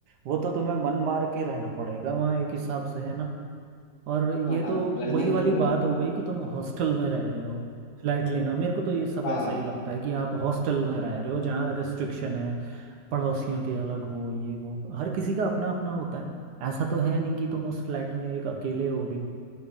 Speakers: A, on the right (about 75°); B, on the left (about 65°).
A: वो तो तुम्हें मन मार के रहना पड़ेगा वहाँ एक हिसाब से है ना और ये
B: हाँ हाँ
A: तो
B: रहना
A: वही
B: ही
A: वाली
B: पड़ेगा
A: बात हो गई कि तुम हॉस्टल में रह रहे हो फ्लैट लेना मेरे को तो ये सब
B: हाँ
A: ऐसा ही लगता है कि आप हॉस्टल में रह रहे हो जहाँ रिस्ट्रिक्शन है पड़ोसियों के अलग वो ये वो हर किसी का अपना अपना होता है ऐसा तो है नहीं कि तुम उस फ्लैट में एक अकेले होगे